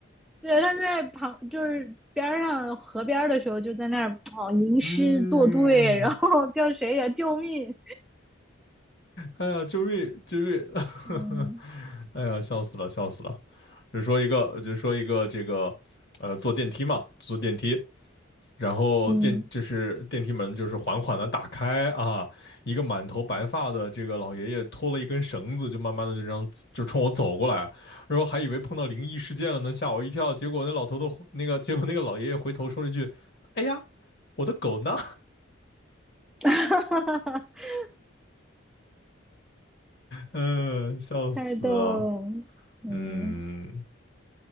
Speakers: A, in the centre; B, on the left (about 50°).
A: 对，他在旁就是边儿上河边儿的时候，就在那儿哦吟诗作对，
B: 嗯，
A: 然后叫谁呀、救命！
B: 哎呀，救命！救命！
A: 嗯
B: <laughs> 哎呀，笑死了，笑死了。就说一个，就说一个这个，呃，坐电梯嘛，坐电梯，然后电就是电梯门就是缓缓的打开啊，
A: 嗯，
B: 一个满头白发的这个老爷爷拖了一根绳子，就慢慢的就这样就冲我走过来，然后还以为碰到灵异事件了呢，吓我一跳。结果那老头的那个，结果那个老爷爷回头说了一句：“哎呀，我的狗呢？”
A: <laughs>
B: 嗯，笑死了。
A: 太逗了，嗯
B: 嗯，